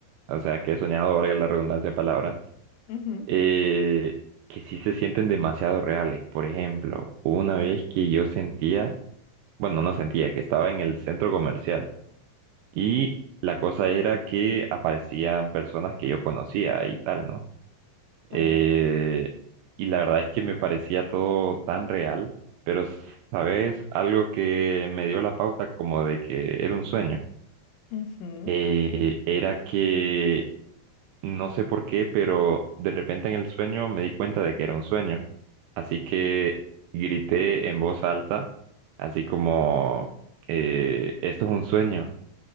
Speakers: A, on the right; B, on the left.
A: o sea, que he soñado, valga la redundancia de palabras,
B: Ujú.
A: eh, que sí se sienten demasiado reales. Por ejemplo, hubo una vez que yo sentía, bueno, no sentía, que estaba en el centro comercial y la cosa era que aparecían personas que yo conocía y tal, ¿no?
B: Ah,
A: Eh, y la verdad es que me parecía todo tan real, pero sabes, algo que me dio la pauta como de que era un sueño,
B: ujú.
A: eh, era que no sé por qué, pero de repente en el sueño me di cuenta de que era un sueño. Así que grité en voz alta, así como, eh, esto es un sueño.